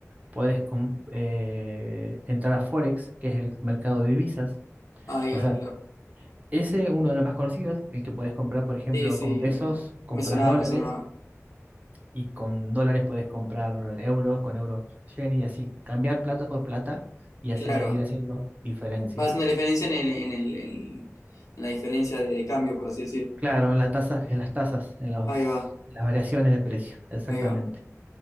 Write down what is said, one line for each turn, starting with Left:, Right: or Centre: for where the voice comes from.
Right: puedes com- eh, entrar a Forex, que es el mercado de divisas.
Left: Ahí
Right: O
Left: va,
Right: sea,
Left: claro.
Right: ese es uno de los más conocidos, el que puedes comprar, por ejemplo,
Left: Sí, sí,
Right: con pesos,
Left: mm,
Right: compras
Left: me sonaba,
Right: dólares
Left: me sonaba.
Right: y con dólares puedes comprar euros, con euros yen y así, cambiar plata por plata y hacer,
Left: Claro.
Right: ir haciendo diferencia.
Left: Vas una diferencia en el, en el, en, en la diferencia de cambio, por así decir.
Right: Claro, en la tasa, en las tasas, en los,
Left: Ahí va,
Right: las variaciones de precio, exactamente.
Left: ahí va.